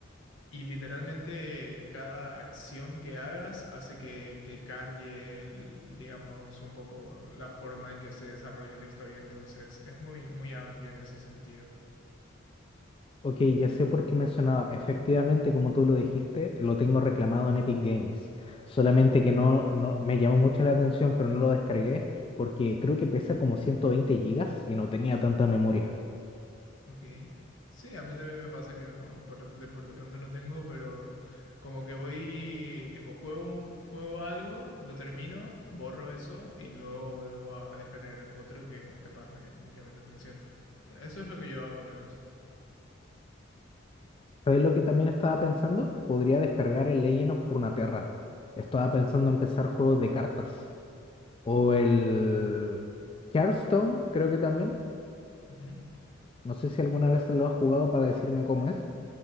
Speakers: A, on the left; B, on the left.
A: y literalmente cada acción que hagas hace que, que cambie, el- digamos, un poco la forma en que se desarrolla la historia. Entonces, es muy, muy amplio en ese sentido.
B: Ok, ya sé por qué me sonaba. Efectivamente, como tú lo dijiste, lo tengo reclamado en Epic Games. Solamente
A: Ujú,
B: que no, no me llamó mucho la atención, pero no lo descargué porque creo que pesa como 120 gigas y no tenía tanta memoria.
A: ok. Sí, a mí también me pasa que no, por, de, por de pronto no tengo, pero como que voy, tipo, juego, un- juego algo, lo termino, borro eso y luego vuelvo a descargar otro que capaz me, me llame la atención. Eso es lo que yo hago al menos.
B: ¿Sabes lo que también
A: No,
B: estaba pensando? Podría descargar el Legend of Runeterra. Estaba pensando en empezar juegos de cartas. O el Hearthstone, creo que también.
A: ujú.
B: No sé si alguna vez lo has jugado para decirme cómo es.